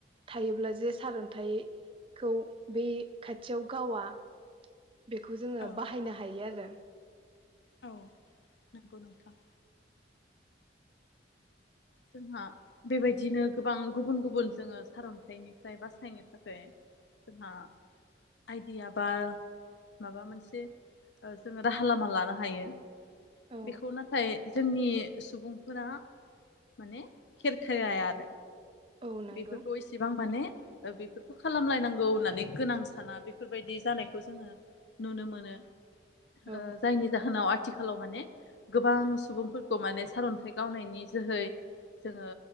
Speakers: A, on the right; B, on the left.
A: थायोब्ला जे सारन्थाइखौ बै खाथियाव गावा बेखौ जोङो
B: औ
A: बाहायनो हायो आरो।
B: औ नोंगौ नोंथां। जोंहा बेबायदिनो गोबां गुबुन गुबुन जोंङो सारन्थाइनिफ्राय बासायनो थाखाय जोंहा आइदिया बा माबा मोनसे ओ जोंङो राहा लामा लानो हायो।
A: औ
B: बेखौ नाथाय जोंनि सुबुंफोरा माने खेरखेराया आरो।
A: औ नंगौ
B: बेफोरखौ इसेबां माने ओ बेफोरखौ खालामलायनांगौ होननानै गोनां साना बेफोरबायदि जानायखौ जोंङो नुनो मोनो। ओ
A: औ
B: जायनि जाहोनाव आ थिखालाव माने गोबां सुबुंफोरखौ माने सारन्थाइ गावनायनि जोहै जोंङो